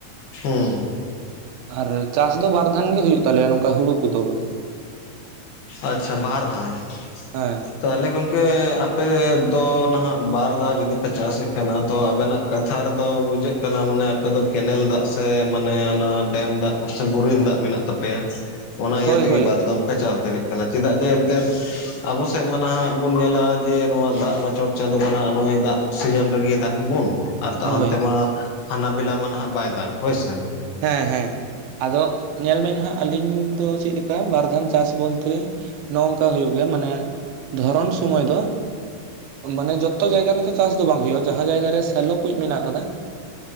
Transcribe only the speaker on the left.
ᱦᱳᱭ ᱾
ᱟᱪᱪᱷᱟ ᱵᱟᱨ ᱫᱷᱟᱣ᱾
ᱛᱟᱦᱟᱞᱮ ᱜᱚᱝᱠᱮ ᱟᱯᱮ ᱫᱚ ᱱᱟᱦᱟᱜ ᱵᱟᱨ ᱫᱷᱟ ᱡᱩᱫᱤ ᱯᱮ ᱪᱟᱥᱮᱜ ᱠᱟᱱᱟ᱾ ᱛᱚ ᱟᱵᱮᱱᱟᱜ ᱠᱟᱛᱷᱟ ᱨᱮᱫᱚ ᱵᱩᱡᱷᱟᱹᱜ ᱠᱟᱱᱟ ᱢᱟᱱᱮ ᱟᱯᱮ ᱫᱚ ᱠᱮᱱᱮᱞ ᱫᱟᱜ ᱥᱮ ᱢᱟᱱᱮ ᱚᱱᱟ ᱰᱮᱢ ᱫᱟᱜ ᱵᱚᱨᱤᱱ ᱫᱟᱜ ᱢᱮᱱᱟᱜ ᱛᱟᱯᱮᱭᱟ ᱚᱱᱟ ᱤᱭᱟᱹ
ᱛᱮᱜᱮ
ᱵᱟᱨᱫᱷᱟ ᱯᱮ ᱪᱟᱥ ᱫᱟᱲᱮᱭᱟᱜ ᱠᱟᱱᱟ ᱪᱮᱫᱟᱜ ᱡᱮ <unintelligible> ᱟᱵᱚ ᱥᱮᱜ ᱢᱟ ᱱᱟᱦᱟᱜ ᱵᱚᱱ ᱧᱮᱞᱟ ᱡᱮ ᱱᱚᱣᱟ ᱫᱟᱜ ᱢᱟᱪᱚᱴ ᱪᱟᱸᱫᱳ ᱵᱚᱸᱜᱟ ᱱᱚᱜᱼᱚᱭ ᱫᱟᱜ ᱥᱤᱡᱤᱱ ᱨᱮᱜᱮ ᱫᱟᱜ ᱵᱚᱱ ᱾ ᱟᱨ ᱛᱟᱦᱟᱱᱛᱮ
ᱢᱟ ᱦᱟᱱᱟ ᱵᱮᱞᱟ ᱢᱟ ᱱᱟᱦᱟᱜ ᱵᱟᱭ ᱫᱟᱜᱽ ᱦᱳᱭ ᱥᱮ᱾